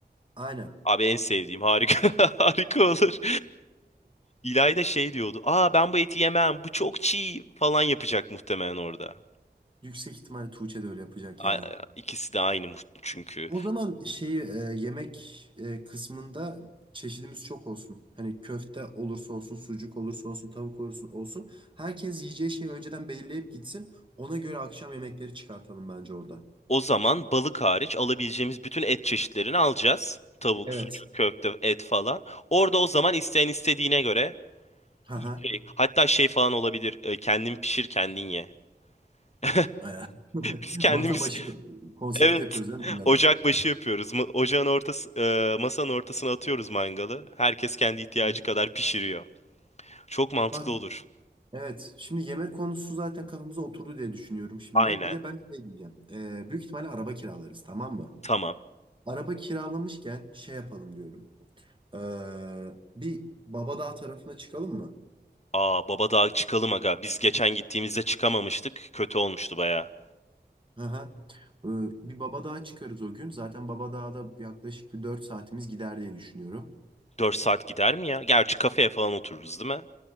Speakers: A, on the right (about 30°); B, on the left (about 40°).
A: Aynen.
B: Abi en sevdiğim harika <laughs> harika olur. İlay da şey diyordu. Aa ben bu eti yemem bu çok çiğ falan yapacak muhtemelen orada.
A: Yüksek ihtimalle Tuğçe de öyle yapacak
B: A-
A: ya.
B: İkisi de aynı muht- çünkü.
A: O zaman şeyi e, yemek e, kısmında çeşidimiz çok olsun. Hani köfte olursa olsun, sucuk olursa olsun, tavuk olursa olsun. Herkes yiyeceği şeyi önceden belirleyip gitsin. Ona göre akşam yemekleri çıkartalım bence orada.
B: O zaman balık hariç alabileceğimiz bütün et çeşitlerini alacağız. Tavuk,
A: Evet.
B: sucuk, köfte, et falan. Orada o zaman isteyen istediğine göre
A: Haha.
B: şey- hatta şey falan olabilir. e, Kendin pişir kendin ye. <laughs>
A: <laughs>
B: Biz kendimiz
A: Masa başı konsepti
B: Evet.
A: yapıyoruz değil mi bunda
B: Ocak
A: da?
B: başı yapıyoruz. Ma- Ocağın ortası, e, masanın ortasına atıyoruz mangalı. Herkes kendi ihtiyacı
A: Hı.
B: kadar pişiriyor. Çok mantıklı
A: Bak
B: olur.
A: evet şimdi yemek konusu zaten kafamıza oturdu diye düşünüyorum şimdi.
B: Aynen.
A: Bir de ben şey diyeceğim. Ee, büyük ihtimalle araba kiralarız tamam mı?
B: Tamam.
A: Araba kiralamışken şey yapalım diyorum. Ee, bir Babadağ tarafına çıkalım mı?
B: Aa baba daha çıkalım aga. Biz geçen gittiğimizde çıkamamıştık. Kötü olmuştu baya.
A: Hı hı. Ee, bir Babadağ'a çıkarız o gün. Zaten Babadağ'da yaklaşık bir 4 saatimiz gider diye düşünüyorum.
B: Dört saat gider mi ya? Gerçi kafeye falan otururuz değil mi?